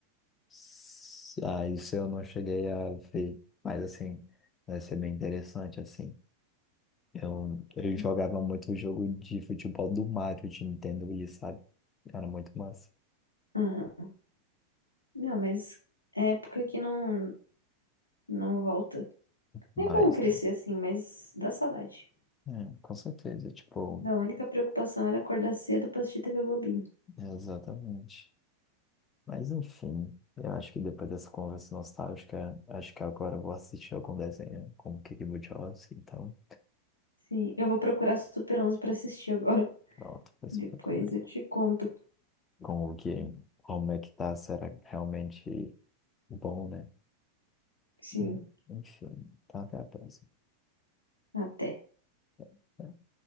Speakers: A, on the left (about 20°); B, on the left (about 80°).
A: S- Ah, isso eu não cheguei a ver, mas, assim, vai ser bem interessante, assim. Eu, eu
B: Sim.
A: jogava muito o jogo de futebol do Mario de Nintendo Wii, sabe? Era muito massa.
B: Aham. Não, mas é época que não. Não volta.
A: Mais,
B: É bom crescer
A: né?
B: assim, mas dá saudade.
A: É, com certeza, tipo,
B: Da única preocupação era acordar cedo pra assistir TV Globinho.
A: exatamente. Mas enfim, eu acho que depois dessa conversa nostálgica, acho que agora eu vou assistir algum desenho como Kiki Budiowski, então,
B: Sim, eu vou procurar Super onze pra assistir agora.
A: pronto,
B: <laughs>
A: vai
B: Depois
A: ser loucura.
B: eu te conto.
A: Com o que, como é que tá, será realmente bom, né?
B: Sim,
A: Hum, Enfim, tá, até a próxima.
B: até.
A: É, é.